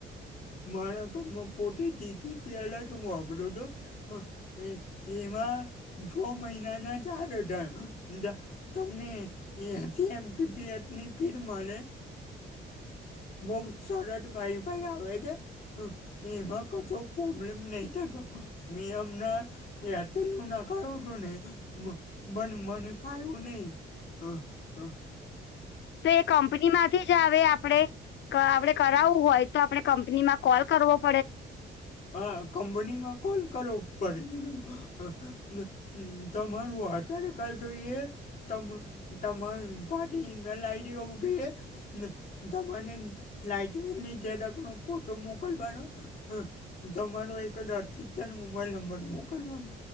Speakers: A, on the left (about 40°); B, on the left (about 65°).
A: મારા ઘરમાં પોતે જીટીપી પ્યાલા જ વાપરો દો- - હ એ એમાં છ મહિનાના ચાર હજાર. તમને એથી એમીએ ની ફીડ મળે. બહુ સોલેડ વાઇફાઇ આવે છે. એમાં કશો પ્રોબ્લેમ નહીં થતો મેં હમણાં- - એરતેલ નુ નખાયુ ઉ તું નને- - મ પણ મને પાયું નહીં હ હ- -
B: તો એ કંપની માં- - થી જ આવે આપડે કે આપડે કરાવું હોય તો આપડણે કંપની માં કોલ કરવો- -
A: હા કંપનીમાં કોલ કરો પડે મેડમ હ ન- - હ તમારું આધાર કાર્ડ જોઈએ. તમ તમામ પાર્ટ ઇમેલ આઈડી હોવું જોઈએ. તમને લાઈટ બિલની ઝેરોક્ષનો ફોટો મોકલવાનો હા તમારો એક જ અતિત્યનો મોબાઈલ નંબર મોકલવાનો.